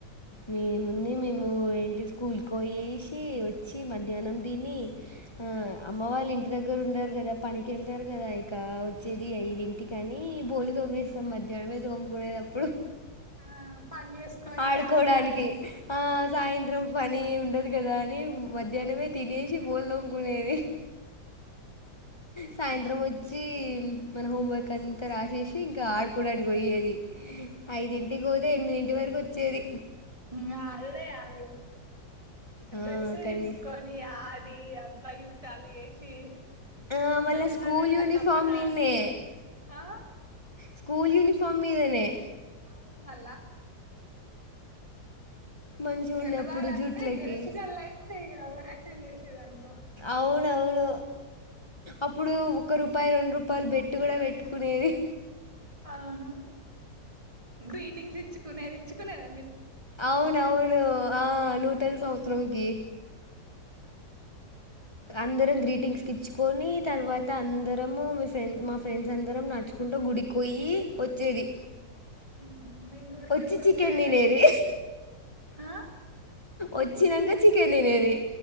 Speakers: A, on the left; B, on the right.
A: మేముండి మేము ఏంటి స్కూల్కి పోయేసి వచ్చి, మధ్యాహ్నం దిని, ఆ అమ్మ వాళ్ళ ఇంటి దగ్గర ఉండరు కదా, పనికెళ్తారు కదా ఇక, వచ్చేది ఐదింటికి అని, బోలు తోమేస్తాం మధ్యానమే. జోముకు పోయేటప్పుడు.
B: ఆ పని చేసుకొని
A: ఆడుకోడానికి.
B: ఆట ఆడేది
A: ఆ సాయంత్రం పని ఉండదు కదా అ ని మధ్యానమే తినేసి బోలు తోముకునేది. సాయంత్రం ఒ చ్చి మన హోం వర్క్ అంతా రాసేసి, ఇంకా ఆడుకోడానికి పోయేది. ఐదింటికి పో తె ఎనిమిదింటివరకు వచ్చేది
B: ఇంగ హాలిడే అవి,
A: ఆ,
B: డ్రెస్సులు
A: కానీ
B: చింపుకొని ఆడి అవ్ దాలి చేసి,
A: ఆ మళ్ళా
B: గెలవాలన్న
A: స్కూల్ యూనిఫామ్
B: తపన
A: మీదనే
B: తా
A: స్కూల్ యూనిఫోమ్ మీదనె
B: అవును మల్ల
A: మంచిగుండే
B: గెలవాలంటే,
A: అప్పుడు జుట్లకి
B: గెలిచినోళ్ళు అయితే ఇగ, ఓవరాక్షన్ చేసేదనుకో
A: అవునవు ను. అప్పుడు ఒక రూపాయి, రొండు రూపాయలు బెట్ కూడా పెట్టుకునేది.
B: అవును. గ్రీటింగ్స్ ఇచ్చుకునేది, ఇచ్చుకునేద
A: అవునవును. ఆ. నూతన సంవత్సరంకి. అందరం గ్రీటింగ్స్కి ఇచ్చుకొని తర్వాత, అందరము మీ ఫ్రెండ్స్, మా ఫ్రెండ్స్ అందరం నడుచుకుంట గు డికి పోయి వచ్చేది.
B: మ్హు, మేం గుడికి
A: వచ్చి
B: ఎప్పుడు
A: చికెన్
B: పోలే
A: తినేది
B: కానీ, ఆ
A: వచ్చినంక చికెన్ తినేది.